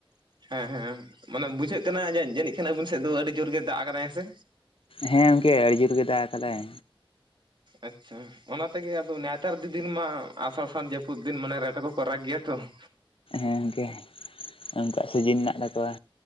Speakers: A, on the right (about 55°); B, on the left (about 70°).
A: ᱦᱮᱸ ᱦᱮᱸ ᱢᱟᱱᱮ ᱵᱩᱡᱷᱟᱹᱜ ᱠᱟᱱᱟ ᱡᱟᱹ ᱡᱟᱹᱱᱤᱡ ᱠᱷᱟᱱ ᱟᱵᱤᱱ ᱥᱮᱫ ᱫᱚ ᱟᱹᱰᱤ ᱡᱳᱨ ᱜᱮ ᱫᱟᱜ ᱟᱠᱟᱫᱟᱭ ᱦᱮᱸ ᱥᱮ?
B: ᱦᱮᱸ ᱜᱚᱝᱠᱮ ᱟᱹᱰᱤ ᱡᱳᱨ ᱜᱮ ᱫᱟᱜ ᱟᱠᱟᱫᱟᱭ᱾
A: ᱟᱪᱪᱷᱟ᱾ ᱚᱱᱟ ᱛᱮᱜᱮ ᱟᱫᱚ ᱱᱮᱛᱟᱨ ᱫᱤ-ᱫᱤᱱ ᱢᱟ ᱟᱥᱟᱲ, ᱥᱟᱱ ᱡᱟᱹᱯᱩᱫ ᱫᱤᱱ ᱢᱟᱱᱮ ᱨᱮᱴᱮ ᱠᱚᱠᱚ ᱨᱟᱜ ᱜᱮᱭᱟ ᱛᱚ᱾ <inaudible>
B: ᱦᱮᱸ ᱜᱚᱝᱠᱮ ᱩᱱᱠᱩᱣᱟᱜ ᱥᱤᱡᱤᱱ ᱢᱮᱱᱟᱜ ᱛᱟᱠᱚᱣᱟ᱾